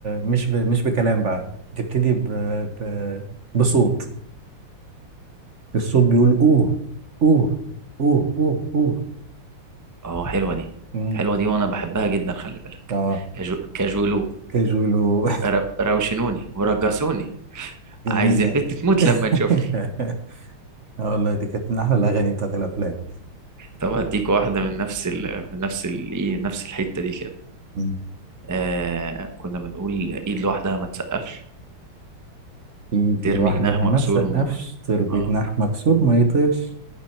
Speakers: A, on the right; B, on the right.
A: مش ب... مش بكلام بقى بتبتدي ب... ب... بصوت الصوت بيقول أوه أوه أوه أوه أوه
B: اه حلوة دي
A: مم.
B: حلوة دي وانا بحبها جدا خلي بالك
A: اه
B: كاجو... كاجولو
A: كاجولو <laughs>
B: رو... روشنوني ورجسوني
A: جميلة
B: عايز البت تموت لما تشوفني
A: <laughs> اه والله دي كانت من أحلى الأغاني بتاعت الأفلام
B: طب هديك واحدة من نفس ال... من نفس ال... ايه نفس الحتة دي كده
A: مم.
B: آه... كنا بنقول ايد لوحدها ما تسقفش
A: إيد
B: ترمي
A: لوحدها
B: جناح مكسور
A: ما تسقفش
B: م...
A: طير بجناح
B: اه
A: مكسور ما يطيرش